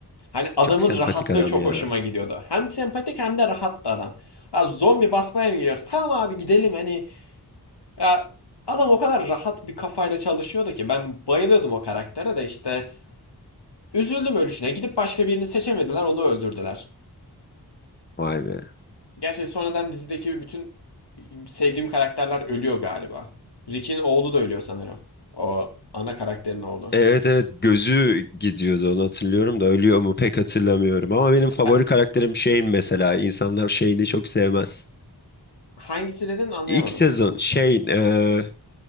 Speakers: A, on the left; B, on the left.
A: Hani adamın
B: Çok sempatik
A: rahatlığı
B: adam
A: çok
B: ya.
A: hoşuma gidiyordu. Hem sempatik hem de rahattı adam. Ha, zombi basmaya mı gidiyoruz? Tamam abi gidelim hani. Ya adam o kadar rahat bir kafayla çalışıyordu ki ben bayılıyordum o karaktere de işte. Üzüldüm ölüşüne. Gidip başka birini seçemediler, onu öldürdüler.
B: Vay be.
A: Gerçi sonradan dizideki bütün sevdiğim karakterler ölüyor galiba. Rick'in oğlu da ölüyor sanırım. O ana karakterin oğlu.
B: Evet evet gözü gidiyordu onu hatırlıyorum da ölüyor mu pek hatırlamıyorum. Ama benim favori
A: Ben
B: karakterim Shane mesela. İnsanlar Shane'i çok sevmez.
A: hangisi dedin anlayamadım.
B: İlk sezon şey e,